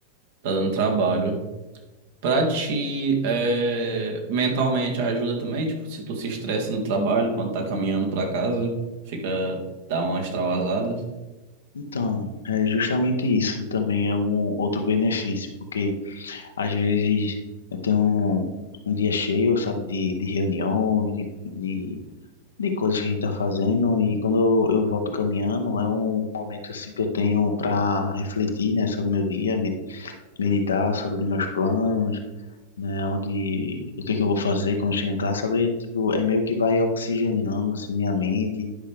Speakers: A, on the right; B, on the left.
A: tá dando trabalho. Pra ti, é, mentalmente ajuda também, tipo, se tu se estressa no trabalho, quando tá caminhando pra casa, fica, dá uma extravasada.
B: Então, é justamente isso também é um outro benefício, porque às vezes eu tenho um, um dia cheio, sabe, de, de reuniões, de, de, de coisas que a gente está fazendo, e quando eu, eu volto caminhando, é um momento assim que eu tenho para refletir, né, sobre o meu dia, me- meditar sobre meus planos, né, onde, o que que eu vou fazer quando chegar em casa, sabe, tipo, é meio que vai oxigenando, assim, minha mente,